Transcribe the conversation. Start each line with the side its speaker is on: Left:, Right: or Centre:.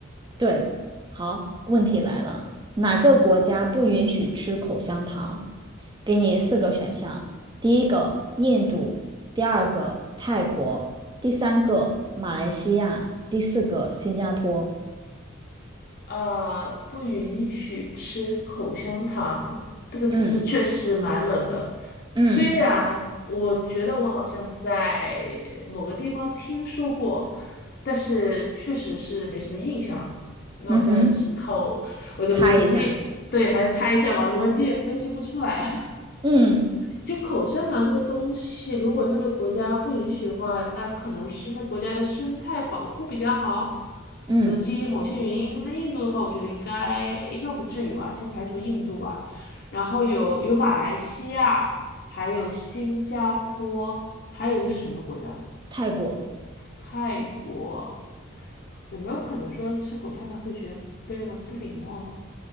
Right: 对，好，问题来了，哪个国家不允许吃口香糖？给你四个选项，第一个印度，第二个泰国，第三个马来西亚，第四个新加坡。
Left: 呃，不允许吃口香糖，这个知识确实蛮冷的。
Right: 嗯嗯
Left: 虽然我觉得我好像在某个地方听说过，但是确实是没什么印象了那我现在只是靠
Right: 嗯哼，
Left: 我的逻辑，
Right: 猜一下。
Left: 对，还是猜一下吧，逻辑也分析不出来啊。<laughs>
Right: 嗯
Left: 就口香糖这个东西，如果那个国家不允许的话，那可能是那国家的生态保护比较好，
Right: 嗯，
Left: 可能基于某些原因。那印度的话，我觉得应该应该不至于吧，先排除印度吧。然后有有马来西亚，还有新加坡，还有一个是什么国家？
Right: 泰国。
Left: 泰国。有没有可能说吃口香糖会觉得被认为不礼貌呢？